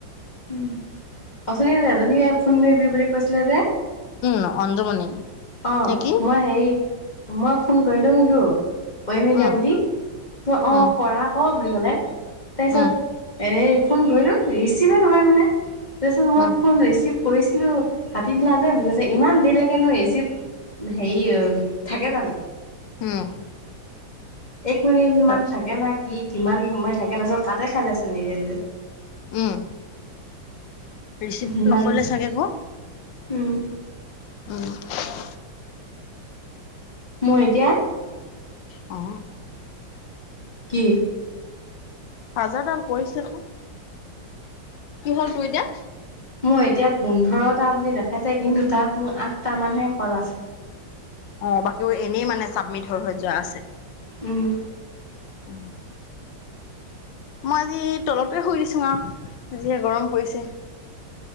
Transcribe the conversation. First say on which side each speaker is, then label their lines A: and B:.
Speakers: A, on the left (about 20°); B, on the left (about 75°).
A: উম, অছনীয়ে যে এজনীয়ে ফোন কৰিবি বুলি কৈছিলে যে?
B: উম অঞ্জুমণি।
A: অ
B: নে কি
A: মই হেৰি, মই ফোন কৰিলুংটো। কৰিমেই এতিয়া
B: উম
A: বুলি অ অ
B: উম
A: কৰা আক বুলি কলে, তাৰপিছত
B: উম
A: এ- ফোন গলোঁ ৰিচিভেই নহয় নহয়। তাৰপিছত মই
B: উম
A: ফোন ৰিচিভ- কৰিছিলো কাটি দিলা যে বুলি কৈছে, ইমান দেৰিলৈকেনো ৰিচিপ্ট- হেৰি অ থাকে জানো?
B: উম।
A: এক মিনিট
B: তাৰপিছত
A: মান থাকে না কি? কিমান সময় থাকে? তাৰপিছত কাট- তই খালে চোন নিজে নিজে।
B: উম ৰিচিভ
A: সিমান
B: নকৰিলে চাগে ক'।
A: উম।
B: উম।
A: মই এতিয়া
B: অ।
A: কি?
B: চজাৰডাল পৰিছে ক। কি হল তোৰ এতিয়া?
A: মোৰ এতিয়া পোন্ধৰটা বুলি দেখাইছে কিন্তু তাত মোৰ আঠটা মানহে কল আছে।
B: অ বাকী এনেই মানে চাবমিট হৈ হৈ যোৱা আছে।
A: উম
B: উম। মই আজি তলতে শুই দিছোঁ আৰু যিহে গৰম পৰিছে।